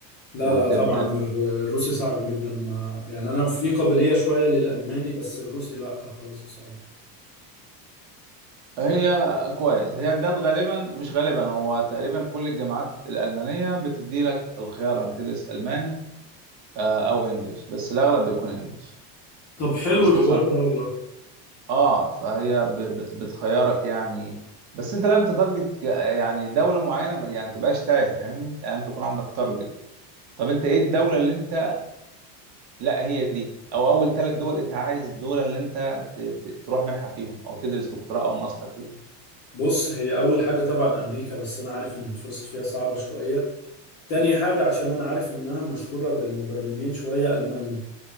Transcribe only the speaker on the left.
لا
لا طبعا الر- الروسي صعب جدا ما يعني أنا في قابلية شوية للألماني بس الروسي لا خالص بصراحة
طب حلو
الحوار ده والله
بص هي أول حاجة طبعا أمريكا بس أنا عارف إن الفرصة فيها صعبة شوية تاني حاجة عشان أنا عارف إنها مشهورة بالمبرمجين شوية ألمانيا